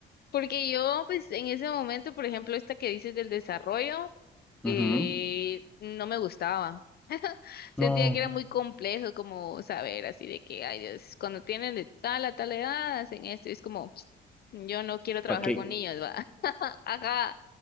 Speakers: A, on the left; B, in the centre.
A: porque yo, pues, en ese momento, por ejemplo, esta que dices del desarrollo,
B: Ujú.
A: eh, no me gustaba. Sentía
B: No,
A: que era muy complejo como saber así de que, ay Dios, cuando tienen de tal a tal edad hacen esto, y es como, "Ps, yo no quiero trabajar
B: ¿para qué?
A: con niños, va, <laughs> ajá,